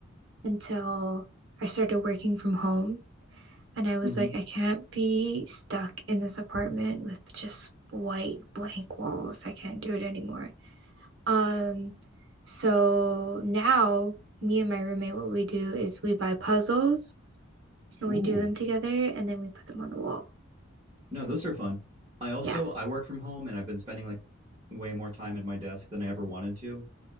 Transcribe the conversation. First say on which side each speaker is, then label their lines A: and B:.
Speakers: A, on the right (about 60°); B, on the right (about 25°).
A: until I started working from home and I was
B: hmm
A: like, I can't be stuck in this apartment with just white blank walls. I can't do it anymore. Um, so now me and my roommate, what we do is we buy puzzles and
B: Ooh,
A: we do them together and then we put them on the wall.
B: no, those are fun. I also
A: Yeah.
B: I work from home and I've been spending like way more time at my desk than I ever wanted to.